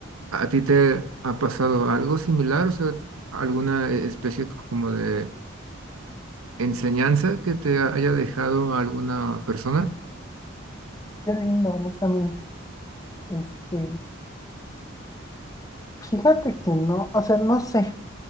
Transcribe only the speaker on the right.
¿A ti te ha pasado algo similar? O sea, t- alguna especie como de enseñanza que te haya dejado alguna persona?